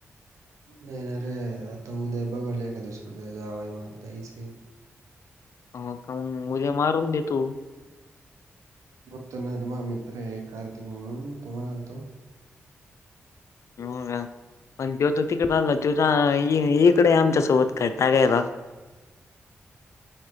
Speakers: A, on the right; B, on the left.
A: नाही ना रे, आता उद्या बघू एखादंसं जावंय मग जायचं.
B: हो का मग उद्या मारून देतू.
A: बघतो ना, तुम्हा मित्र आहे कार्तिक म्हणून तुम्हाार तो.
B: हो का, पण तेव तर तिकडे झाला त इकडे आमच्यासोबत का टाकायला.